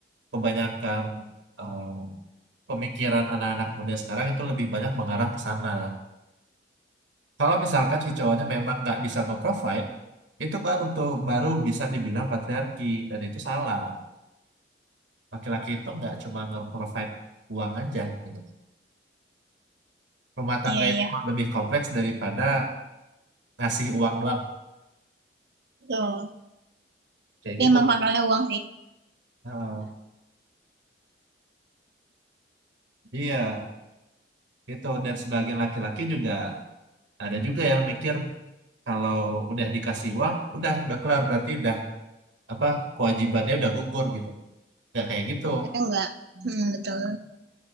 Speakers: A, on the right (about 80°); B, on the right (about 60°).
A: kebanyakan eh, pemikiran anak-anak muda sekarang itu lebih banyak mengarah ke sana. Kalau misalkan si cowoknya memang nggak bisa nge-provide, itu baru tuh baru bisa dibilang patriarki dan itu salah. Laki-laki itu nggak cuma nge-provide uang aja gitu. Rumah tangga
B: Iya, iya.
A: itu lebih kompleks daripada ngasih uang doang.
B: Betul.
A: Kayak
B: Dia
A: gitu.
B: emang pangkalnya uang sih.
A: Eh, iya, itu dan sebagian laki-laki juga ada juga yang mikir kalau udah dikasih uang udah udah kelar berarti udah apa kewajibannya udah gugur gitu nggak kayak gitu
B: Mereka enggak. Hmm, betul.